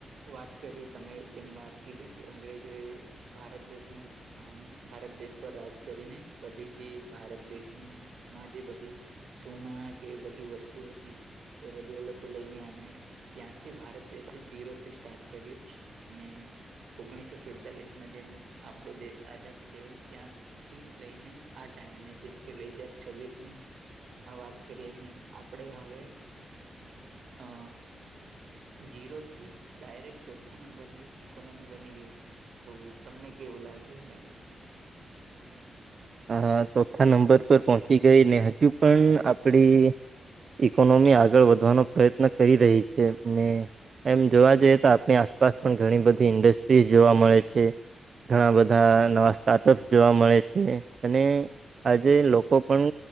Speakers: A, on the right; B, on the right.
A: વાત કરીએ તમે જેમ વાત કીધી કે અંગ્રેજો એ ભારત દેશની અ ભારત દેશ પર રાજ કરીને બધી જે ભારત દેશની માં જે બધી સોના કે બધી વસ્તુ હતી એ બધી એ લોકો લઈ ગયા ને ત્યાંથી ભારત દેશે જીરો થી સ્ટાર્ટ કર્યું અને ઓગણીસો સુડતાલીસ જેમ આપણો દેશ આઝાદ થયો ત્યાં થી લઈને આ ટાઈમે જેમ કે બે હજાર છવ્વીસ ની આ વાત કરીએને આપડે હવે અ જીરો થી ડાયરેક્ટ ચોથા નંબરની ઈકોનોમી બની ગઈ. તો તમને કેવું લાગ્યું એના વિશે <inaudible>
B: અ ચોથા નંબર પર પહોંચી ગઈ ને હજુ પણ આપડી ઇકોનોમી આગળ વધવાનો પ્રયત્ન કરી રહી છે ને એમ જોવા જઈએ તો આપણી આસપાસ પણ ઘણી બધી ઇન્ડસ્ટ્રીઝ જોવા મળે છે. ઘણા બધા નવા સ્ટાર્ટઅપ્સ જોવા મળે છે અને આજે લોકો પણ